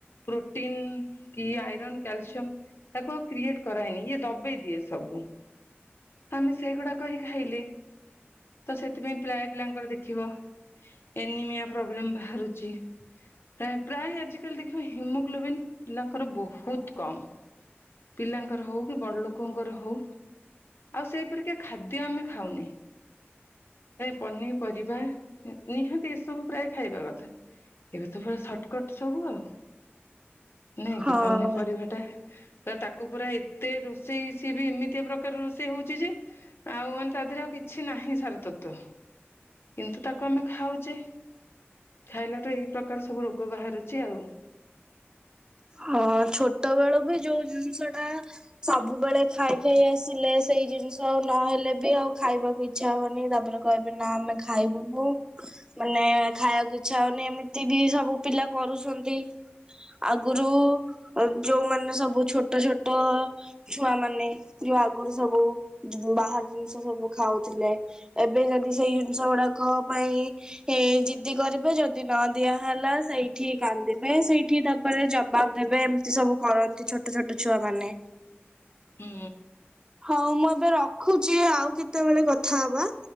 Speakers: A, on the left; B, on the right.
A: ପ୍ରୋଟିନ କି ଆଇରନ୍ କ୍ୟାଲସିୟମ ତାକୁ ଆଉ କ୍ରିଏଟ କରାଏନି। ଇଏ ଦବେଇ ଦିଏ ସବୁ ତ ଆମେ ସେଗୁଡ଼ାକ ହିଁ ଖାଇଲେ, ତସେ ଥିପାଇଁ ପ୍ରାୟ ପିଲାଙ୍କର ଦେଖିବ ଏନିମିଆ ପ୍ରୋବ୍ଲେମ ବାହାରୁଚି। ପ୍ରାୟ ପ୍ରାୟ ଆଜିକାଲି ଦେଖିବା ହିମୋଗ୍ଲୋବିନ୍ ପିଲାଙ୍କର ବହୁତ କମ୍। ପିଲାଙ୍କର ହଉ ବଡ଼ଲୋକଙ୍କର ହଉ ଆଉ ସେପରିକି ଖାଦ୍ୟ ଆମେ ଖାଉନେ। ପନିପରିବା ନି ନିହାତି ଏସବୁ ପ୍ରାୟ ଖାଇବା କଥା। ଏବେ ତ ପୁରା ସର୍ଟକଟ ସବୁ ଆଉ। ନାଇଁ
B: ହଁ
A: କି ପନିପରିବା ଟା ପୁରା ତାକୁ ପୁରା ଏତେ ରୋଷେଇ ସିଏ ବି ଏମିତିଆ ପ୍ରକାର ର ରୋଷେଇ ହଉଚି ଯେ ଆଉ ମାନେ ତା ଦେହରେ ଆଉ କିଛି ନାହିଁ ସାର ତତ୍ଵ।
B: <inaudible>
A: କିନ୍ତୁ ତାକୁ ଆମେ ଖାଉଚେ। ଖାଇଲେତ ଏଇ ପ୍ରକାର ସବୁ ରୋଗ ବାହାରୁଚି ଆଉ।
B: ହଁ ଛୋଟ ବେଳୁ ବି ଯୋଉ ଜିନିଷ ଟା ସବୁବେଳେ ଖାଇ ଖାଇ ଆସିଲେ ସେଇ ଜିନିଷ ଆଉ ନହେଲେ ବି ଆଉ ଖାଇବାକୁ ଇଚ୍ଛା ହବନି ତାପରେ କହିବେ ନା ଆମେ ଖାଇବୁନୁ ମାନେ ଖାଇବାକୁ ଇଚ୍ଛା ହଉନି। ଏମିତି ବି ସବୁ ପିଲା କରୁଚନ୍ତି ଆଗୁରୁ ଯୋଉମାନେ ସବୁ ଛୋଟ ଛୋଟ ଛୁଆ ମାନେ ଯଉ ଆଗୁରୁ ସବୁ ବାହାର ଜିନିଷ ସବୁ ଖାଉଥିଲେ ଏବେ ଯଦି ସେଇ ଜିନିଷ ଗୁଡାକ ପାଇଁ ଜିଦି କରିବେ ଯଦି ନ ଦିଆହେଲା ସେଇଠି କାନ୍ଦିବେ ସେଇଠି ତା ପରେ ଜବାବ ଦେବେ ଏମିତି ସବୁ କରନ୍ତି ଛୋଟ ଛୋଟ ଛୁଆ ମାନେ।
A: ହୁଁ।
B: ହଉ ମୁଁ ଏବେ ରଖୁଚି ଆଉ କେତେବେଳେ କଥା ହବା।